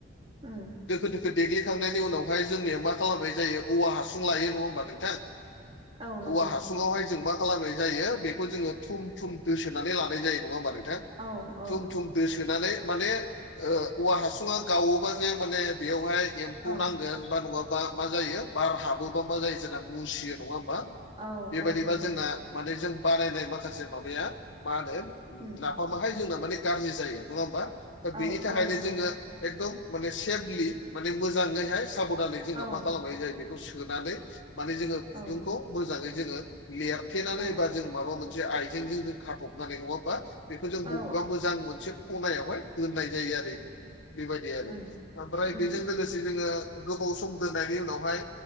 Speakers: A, on the right; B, on the left.
A: ओम
B: दोखो दोखो देग्लिखांनायनि उनावहाय जोंनिया मा खालामनाय जायो औवा हासुं लायो नङा होमबा नोंथां
A: औ नंगौ
B: औवा हासुङावहाय जों मा खालामनाय जायो बेखौ जोङो थुम थुम दोसोनानै लानाय जायो। नङा होमबा नोंथां?
A: औ औ
B: थुम थुम दोसो सोनानै माने ओ औवा हासुङा गावोबा जे माने बेयावहाय एमफौ
A: औ
B: नांगोन बा नङाबा मा जायो बार हाबो नङाबा जायो जोंना मुसियो नङा होमबा?
A: औ
B: बेबायदिबा
A: औ नंगौ
B: जोंना माने जों बानायनाय माखासे माबाया मा होनो
A: उम
B: ना माहाय जोंना माने गाज्रि जायो नङा होमबा दा बेनि
A: औ
B: थाखायनो
A: औ नंगौ
B: जोङो एकदम माने सेफलि माने मोजाङैहाय साबधानै जोंना
A: औ
B: मा खालामनाय जायो बेखौ सोनानै माने जोङो
A: औ
B: गुदुंखौ मोजाङै जोङो लेरथेनानै
A: औ
B: बा जों माबा मोनसे जे आइजेंजों जों खाथ'बनानै नङा होमबा बेखौ जों
A: औ
B: बबेबा मोजां मोनसे खनायावहाय दोननाय जायो आरो बेबायदि आरो
A: उम
B: ओमफ्राय
A: उम
B: बेजों
A: उम
B: लोगोसे से जोङो गोबाव सम दोननायनि उनावहाय